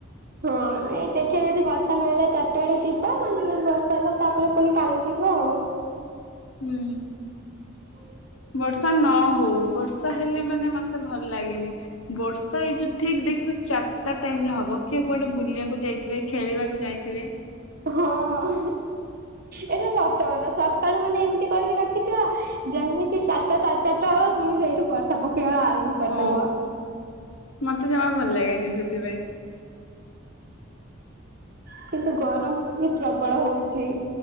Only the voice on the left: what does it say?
ହୁଁ।
ବର୍ଷା ନ ହଉ ବର୍ଷା ହେଲେ ମାନେ ମତେ ଭଲ ଲାଗେନି। ବର୍ଷା ଏଇ ଯୋଉ ଠିକ୍ ଦେଖିବ ଚାରିଟା ଟାଇମରେ ହବ କିଏ କୁଆଡେ ବୁଲିବାକୁ ଯାଇଥିବେ ଖେଳିବାକୁ ଯାଇଥିବେ।
ହଁ ମତେ ଜମା ଭଲ ଲାଗେନି ସେଥିପାଇଁ।